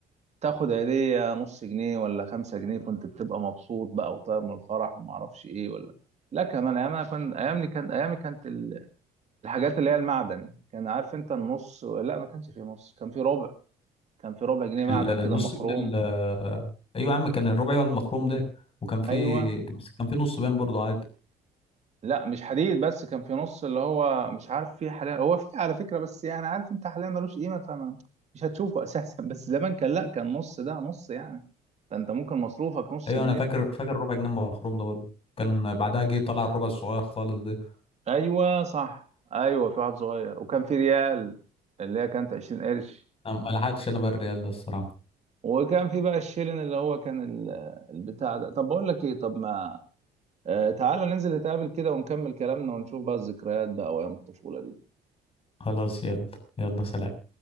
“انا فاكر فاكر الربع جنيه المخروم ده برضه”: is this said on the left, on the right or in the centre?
Left